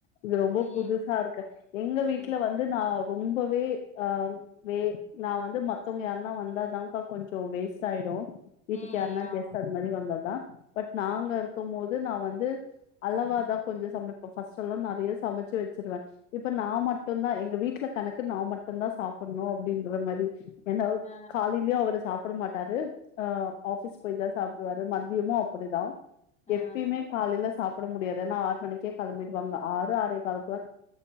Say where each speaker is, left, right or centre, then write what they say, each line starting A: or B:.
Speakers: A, on the left; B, on the left.
A: இது ரொம்ப
B: ம்
A: புதுசா இருக்கு எங்க வீட்ல
B: ம்
A: வந்து நா ரொம்பவே அ வே நா வந்து மத்தவங்க யார்னா வந்தாதா கா கொஞ்சோ வேஸ்ட் ஆயிடு வீட்டுக்கு
B: ம்.
A: யார்னா
B: ஆமா
A: கெஸ்ட் அது மாரி வந்தா தா பட் நாங்க இருக்கும் போது நா வந்து அளவாதா கொஞ்ச சமப்போ ஃபர்ஸ்ட் எல்லா நெறய சமச்சு வச்சிருவே இப்ப நா மட்டுந்தா எங்க வீட்ல கணக்கு நா மட்டுந்தா சாப்ட்ணு அப்டின்ற மாரி ஏனாவ்
B: ஆ,
A: காலையிலயு அவரு சாப்பிட மாட்டாரு ஆ ஆபிஸ் போய் தா சாப்பிடுவாரு மதியமு அ ப்படிதா
B: ஆ.
A: எப்பயுமே காலைல சாப்பிட முடியாது ஏன்னா ஆறு மணிக்கே கிளம்பிடுவாங்க ஆறு ஆறே கால் க்லா